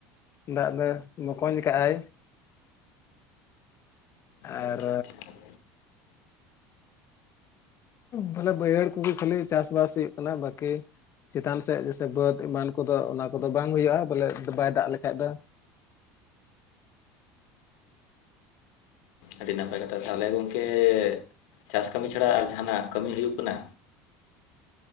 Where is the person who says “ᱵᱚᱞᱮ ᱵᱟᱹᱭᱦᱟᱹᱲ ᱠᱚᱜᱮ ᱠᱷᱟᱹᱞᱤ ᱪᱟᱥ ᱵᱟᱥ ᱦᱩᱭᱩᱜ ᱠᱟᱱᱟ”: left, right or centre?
Left